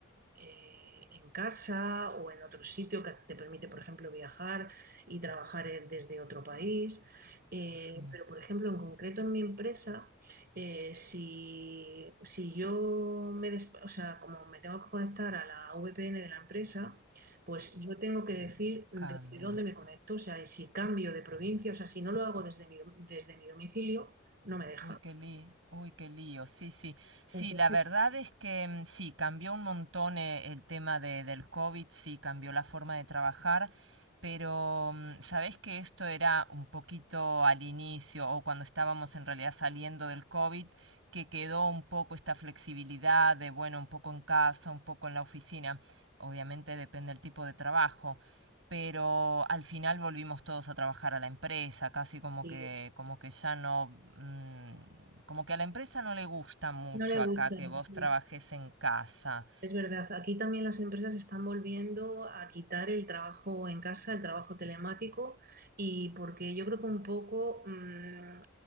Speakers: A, on the right (about 50°); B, on the right (about 75°).
A: eh, en casa o en otro sitio que te permite, por ejemplo, viajar y trabajar eh, desde otro país. Eh,
B: Sí,
A: pero, por ejemplo, en concreto en mi empresa, eh, si, si yo me, des- o sea, como me tengo que conectar a la VPN de la empresa, pues yo tengo que decir desde
B: cambia.
A: dónde me conecto, o sea, y si cambio de provincia, o sea, si no lo hago desde mi, desde mi domicilio, no me deja.
B: Uy, qué lío, uy, qué lío, sí, sí, sí,
A: Entonces,
B: la verdad es que mm, sí, cambió un montón eh, el tema de, del COVID, sí, cambió la forma de trabajar, pero mm, sabés que esto era un poquito al inicio o cuando estábamos en realidad saliendo del COVID, que quedó un poco esta flexibilidad de, bueno, un poco en casa, un poco en la oficina, obviamente depende del tipo de trabajo pero al final volvimos todos a trabajar a la empresa, casi como
A: sí,
B: que, como que ya no, mm, como que a la empresa no le gusta mucho
A: no le gusta,
B: acá que vos
A: sí,
B: trabajes en casa.
A: es verdad. Aquí también las empresas están volviendo a quitar el trabajo en casa, el trabajo telemático, y porque yo creo que un poco, mm,